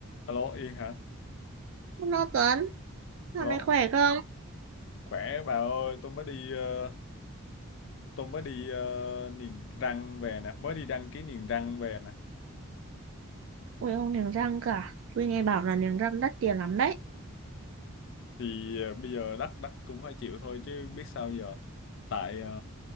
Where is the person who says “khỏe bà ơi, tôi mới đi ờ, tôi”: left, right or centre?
Left